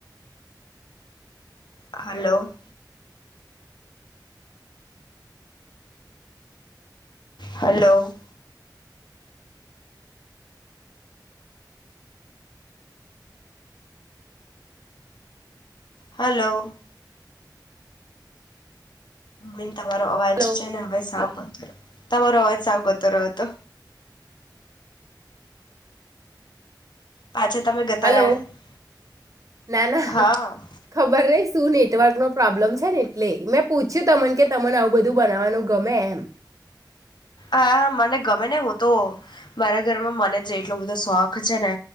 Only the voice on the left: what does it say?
હલો. હલો. હલો. હી તમારો અવાજ
છે ને હવે સા કરો. તમારો અવાજ સાવગતો રહ્યો હતો. પાછા તમે ગતા
રહ્યા
હા
હા મને ગમે ને હું તો મારા ઘરમાં મને જે એટલો બધો શોખ છે ને